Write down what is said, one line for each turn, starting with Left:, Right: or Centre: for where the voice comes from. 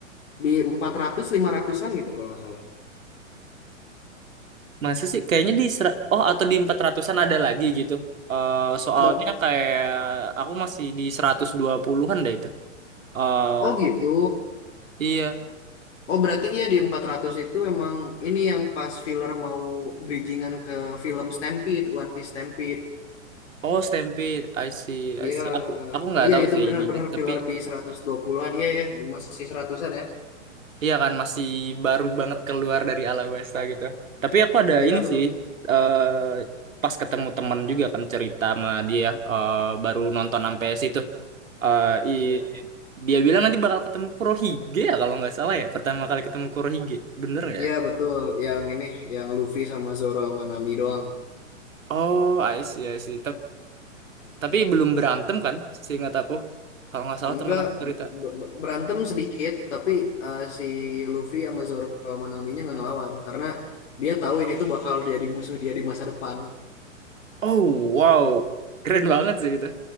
Left: di 400 500-an gitu kalau nggak salah.
Right: masa sih kayaknya di Sera- oh atau di 400-an ada lagi gitu Eh, soalnya
Left: Ada
Right: kayak aku masih di 120-an deh itu Eh,
Left: Oh gitu.
Right: iya
Left: Oh berarti iya di 400 itu emang ini yang pas filler mau bridgingan ke film Stampede, One Piece Stampede.
Right: oh Stampede I see
Left: Iya,
Right: I see aku aku nggak
Left: oh iya
Right: tahu
Left: itu
Right: sih
Left: benar-benar
Right: ininya tapi
Left: filler di 120-an. Iya ya, di masih seratusan an ya.
Right: Iya kan masih baru banget keluar dari Alabasta gitu. Tapi aku ada
Left: Iya,
Right: ini
Left: aduh.
Right: sih eh pas ketemu teman juga kan cerita sama dia eh, baru nonton sampai situ. Eh, i-
Left: Iya.
Right: dia bilang nanti bakal ketemu Kurohige ya kalau nggak salah ya. Pertama kali ketemu Kurohige. Bener nggak
Left: Iya,
Right: ya?
Left: betul. Yang ini yang Luffy sama Zoro sama Nami doang.
Right: Oh, I see, I see. Tap- Tapi, belum berantem kan seingat aku. Kalau nggak salah
Left: Enggak
Right: teman aku cerita.
Left: b- b- berantem sedikit, tapi eh, si Luffy sama Zoro sama Naminya nggak ngelawan karena dia tahu ini tuh bakal jadi musuh dia di masa depan.
Right: Oh, wow. Keren banget sih itu.